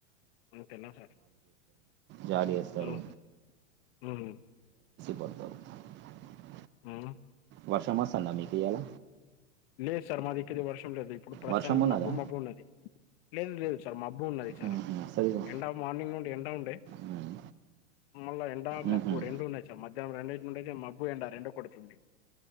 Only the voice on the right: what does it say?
జాలి వేస్తారు
పర్త ఉ <unintelligible>
వర్ష మాస్త అందా మీకు ఇయ్యల
వర్షం ఉన్నదా
మ్మ్హ్మ్. వస్తుంది ఇగో.
మ్మ్.
మ్మ్హ్మ్.